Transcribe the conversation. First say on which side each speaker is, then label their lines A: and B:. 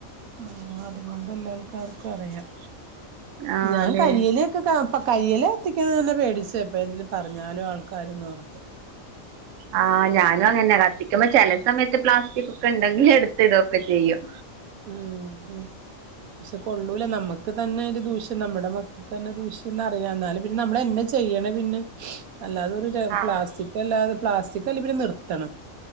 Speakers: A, on the right; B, on the right.
A: ആഹ് അതുകൊണ്ട് എല്ലാ ആൾക്കാർക്കും അറിയാം
B: ആഹ്
A: ഞാൻ
B: അതെ
A: കരിയ്യിലൊക്കെ അപ്പൊ കരിയല എത്തിക്കുന്നത് തന്നെ പേടിച്ച എപ്പ എന്തേലും പറഞ്ഞാലോ ആൾക്കാരെ ന്ന് ഓർത്ത്.
B: ആഹ ഞാനും അങ്ങനെ കത്തി എന്നാ ചില സമയത്ത് പ്ലാസ്റ്റിക് ഒക്കെ ഉണ്ടെങ്കിൽ എടുത്ത് ഇടുവൊ ക്കെചെയ്യും.
A: ആം പക്ഷെ കൊള്ളൂല നമ്മുക്ക് തന്നെ ഒരു ദൂഷ്യം നമ്മുടെ മക്കൾക്ക് തന്നെ ദൂഷ്യം <unintelligible> എന്നാലുംനമ്മൾ എന്നചെയ്യണ പിന്നെ അല്ലാത ഒരു
B: ആഹ്
A: പ്ലാസ്റ്റിക് അല്ലാതെ പ്ലാസ്റ്റിക് അല്ലപ നിർത്തണം